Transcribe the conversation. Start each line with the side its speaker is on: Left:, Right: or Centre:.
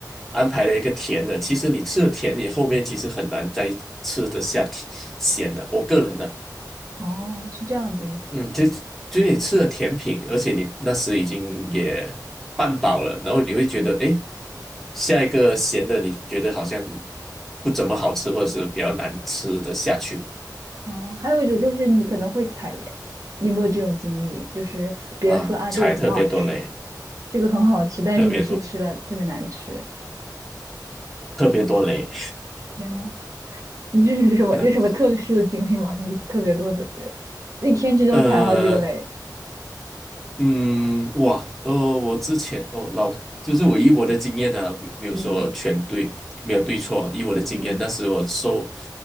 Centre: 安排了一个甜的，其实你吃了甜，你后面其实很难再吃得下甜咸的。我个人的，
Right: 哦，是这样的意思，
Centre: 嗯，就就你吃了甜品，而且你那时已经也半饱了，然后你会觉得，
Right: 嗯。
Centre: 哎，下一个咸的你觉得好像不怎么好吃，或者是比较难吃得下去
Right: 哦，还有一种就是你可能会踩雷，你有没有这种经历？就是别人说啊，
Centre: 啊，踩特别多雷，
Right: 这个很好吃，这个很好吃，但是你去吃了特别难吃。
Centre: 特别多，特别多雷。
Right: 嗯，天呐，你这是有什么有什么特殊的经历吗？
Centre: <laughs>
Right: 你特别多的雷，一天之中踩好几个雷，
Centre: 呃，嗯，哇，呃，我之前哦老就是我以我的经验呢、啊没没有说全对，
Right: 嗯
Centre: 没有对错。以我的经验，
Right: 嗯
Centre: 那时我搜